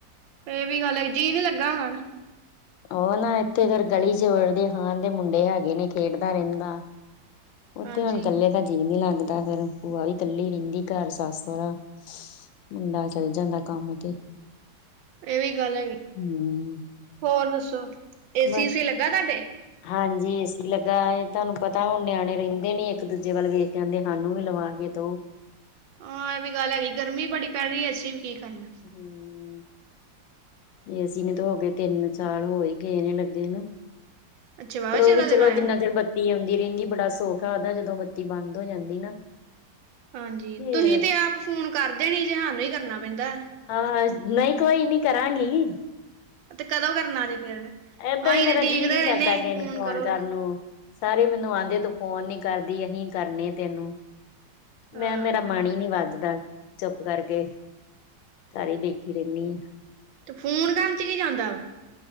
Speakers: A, on the right; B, on the left.
A: ਇਹ ਵੀ ਗੱਲ ਹੈਗੀ ਜੀ ਨੀ ਲੱਗਾ ਹੋਣਾ ਨਾ।
B: ਉਹ ਨਾ ਇੱਥੇ ਫੇਰ ਗਲੀ ਚ ਉਹਦੇ ਹਾਣ ਦੇ ਮੁੰਡੇ ਹੈਗੇ ਨੇ ਖੇਡਦਾ ਰਹਿੰਦਾ। ਉੱਥੇ
A: ਹਾਂਜੀ
B: ਹੁਣ ਕੱਲੇ ਦਾ ਜੀਅ ਨੀ ਲੱਗਦਾ, ਫਿਰ ਭੂਆ ਵੀ ਇਕੱਲੀ ਰਹਿੰਦੀ ਘਰ ਸੱਸ ਸਹੁਰਾ ਮੁੰਡਾ ਚਲ ਜਾਂਦਾ ਕੰਮ ਤੇ।
A: ਇਹ ਵੀ ਗੱਲ ਹੈਗੀ,
B: ਹੂੰ
A: ਹੋਰ ਦੱਸੋ ਏਸੀ
B: ਬਸ
A: ਊਸੀ ਲੱਗਾ ਤੁਹਾਡੇ?
B: ਹਾਂਜੀ ਏਸੀ ਲੱਗਾ ਐ ਤੁਹਾਨੂੰ ਪਤਾ ਹੁਣ ਨਿਆਣੇ ਰਹਿੰਦੇ ਨੀ ਇੱਕ ਦੂਜੇ ਵੱਲ ਵੇਖ ਕੇ ਕਹਿੰਦੇ ਹਾਨੂੰ ਵੀ ਲਵਾ ਕੇ ਦੋ।
A: ਹਾਂ ਇਹ ਵੀ ਗੱਲ ਹੈਗੀ ਐ ਗਰਮੀ ਬੜੀ ਪੈ ਰਹੀ ਏਸੀ ਵੀ ਕੀ ਕਰਨ।
B: ਹੂੰ। ਏਸੀ ਨੂੰ ਤੇ ਹੋ ਗਏ ਤਿੰਨ ਸਾਲ ਹੋ ਈ ਗਏ ਨੇ ਲੱਗੇ ਨੂੰ।
A: ਅੱਛਾ ਵਾਹਵਾ
B: ਪਰ
A: ਚਿਰ
B: ਉਹ ਵੀ
A: ਦਾ ਲਗਾਇਆ
B: ਚਲੋ ਜਿੰਨਾ ਚਿਰ ਬੱਤੀ ਆਉਂਦੀ ਰਹਿੰਦੀ ਬੜਾ ਸੁੱਖ ਆ ਉਹਦਾ ਜਦੋਂ ਬੱਤੀ ਬੰਦ ਹੋ ਜਾਂਦੀ ਨਾ
A: ਹਾਂਜੀ,
B: ਫੇਰ
A: ਤੁਸੀਂ ਤੇ ਆਪ ਫੋਨ ਕਰ ਦੇ ਨੀ ਜੇ ਸਾਨੂੰ ਹੀ ਕਰਨਾ ਪੈਂਦਾ।
B: ਹਾਂ ਨਈ ਕੋਈ ਨੀ ਕਰਾਂਗੀ।
A: ਤੇ ਕਦੋਂ ਕਰਨਾ ਜੇ ਫੇਰ? ਅਸੀਂ
B: ਏਦਾਂ ਈ ਮੇਰਾ
A: ਤੇ ਡੀਕਦੇ
B: ਜੀਅ ਨੀ
A: ਰਹਿੰਦੇ
B: ਕਰਦਾ ਕਿਸੇ ਨੂੰ ਫੋਨ
A: ਕਰੋ
B: ਕਰਨ ਨੂੰ। ਸਾਰੇ ਮੈਨੂੰ ਆਦੇ ਤੂੰ ਫੋਨ ਨੀ ਕਰਦੀ ਅਸੀਂ ਕਰਨੇ ਤੈਨੂੰ।
A: ਹਾਂ
B: ਮੈਂ ਮੇਰਾ ਮਨ ਈ ਨਈ ਵੱਜਦਾ, ਚੁੱਪ ਕਰਕੇ ਘਰ ਹੀ ਬੈਠੀ ਰਹਿਣੀ ਆ।
A: ਤੇ ਫੋਨ ਕਰਨ ਚ ਕੀ ਜਾਂਦਾ ਵਾ।